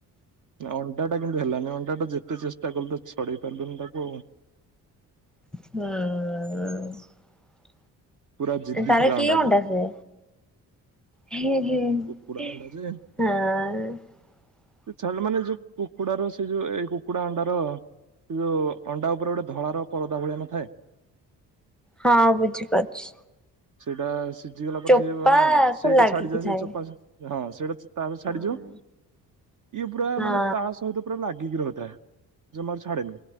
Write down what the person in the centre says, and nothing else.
ହୁଁ।
ତାର
କି
ସେ ହଁ।
ହଁ ବୁଝିପାରୁଛି।
ଚୋପାକୁ
ଲାଗିକି
ଥାଏ।
ହଁ
ହଁ